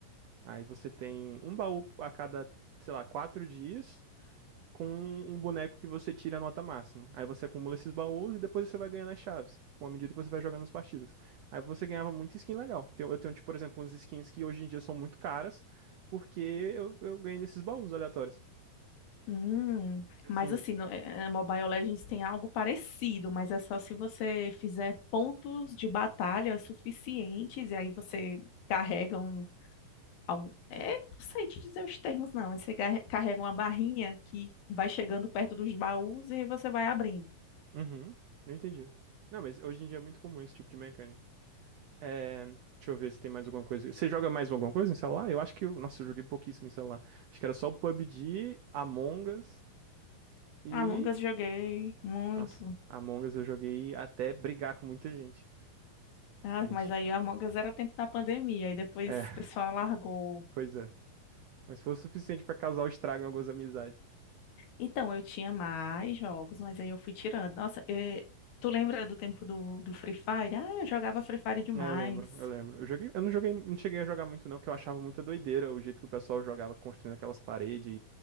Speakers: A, on the right; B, on the left.
A: Aí você tem um baú a cada, sei lá, quatro dias com um boneco que você tira a nota máxima. Aí você acumula esses baús e depois você vai ganhando as chaves, com a medida que você vai jogando as partidas. Aí você ganhava muita skin legal. Tem- Eu tenho, tipo, por exemplo, uns skins que hoje em dia são muito caras, porque eu, eu ganhei nesses baús aleatórios.
B: Hum,
A: E assim,
B: mas assim, no, eh, eh, Mobile Legends tem algo parecido, mas é só se você fizer pontos de batalha suficientes e aí você carrega um, algum- é, não sei te dizer os termos não, mas você gar- carrega uma barrinha que vai chegando perto dos baús e aí você vai abrindo.
A: uhum, não entendi. Não, mas hoje em dia é muito comum esse tipo de mecânica. É, deixa eu ver se tem mais alguma coisa. Você joga mais alguma coisa em celular? Eu acho que. eu- Nossa, eu joguei pouquíssimo em celular. Acho que era só o PUBG, Among Us e
B: Among Us joguei muito,
A: Nossa, Among Us eu joguei até brigar com muita gente.
B: ah,
A: A gente.
B: mas aí Among Us era tempo da pandemia e depois
A: É, <laughs>
B: o pessoal largou
A: pois é. Mas foi o suficiente pra causar o estrago em algumas amizades.
B: Então, eu tinha mais jogos, mas aí eu fui tirando. Nossa, eh, tu lembra do tempo do, do Free Fire? Ah, eu jogava Free Fire demais.
A: É, eu lembro, eu lembro. Eu joguei, eu não joguei, não cheguei a jogar muito não, porque eu achava muita doideira o jeito que o pessoal jogava construindo aquelas paredes